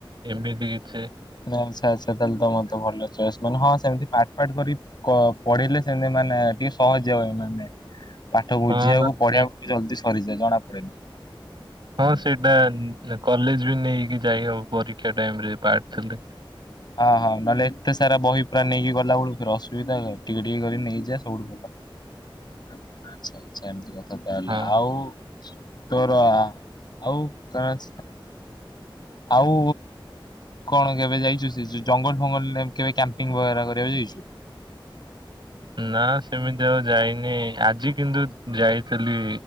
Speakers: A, on the right (about 55°); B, on the left (about 55°).
A: ଏମିତି କିଛି
B: <unintelligible> ଆଚ୍ଛା-ଆଚ୍ଛା ତାହେଲେ ତମର ତ ଭଲ ଚଏସ୍, ମାନେ ହଁ ସେମ୍ତି ପାଟ୍-ପାଟ୍ କରି କ ପଢିଲେ ସେମ୍ତି ମାନେ ଟିକେ ସହଜିଆ ହୁଏ ମାନେ। ପାଠ ବୁଝିଆକୁ
A: ହଁ ସେ
B: ପଢିବାକୁ ଜଲ୍ଦି ସରିଯାଏ ଜଣା ପଡେନି।
A: ହଁ
B: ହୁଁ।
A: ସେଇଟା କଲେଜ୍ ବି ନେଇକି ଯାଇହବ ପରୀକ୍ଷା ଟାଇମ୍ ରେ ପାଟ୍ ଥିଲେ।
B: ହଁ-ହଁ ନହେଲେ ଏତେ ସାରା ବହି ପୁରା ନେଇକି ଗଲା ବେଳକୁ ଫେରେ ଅସୁବିଧା <unintelligible> ଟିକେ-ଟିକେ କରି ନେଇଯା ସବୁଠୁ ଆଚ୍ଛା-ଆଚ୍ଛା ଏମ୍ତି କଥା ତାହେଲେ,
A: ହଁ
B: ଆଉ ତୋର ଆଉ କଣ <inaudible> ଆଉ କଣ କେବେ ଯାଇଛୁ ସେ <unintelligible> ଜଙ୍ଗଲ୍ ଫଙ୍ଗଲ୍ ରେ କେବେ କ୍ୟାମ୍ପିଙ୍ଗ ବାଗେରା କରିବାକୁ ଯାଇଛୁ?
A: ନା ସେମିତି ଆଉ ଯାଇନି, ଆଜି କିନ୍ତୁ ଯାଇଥେଲି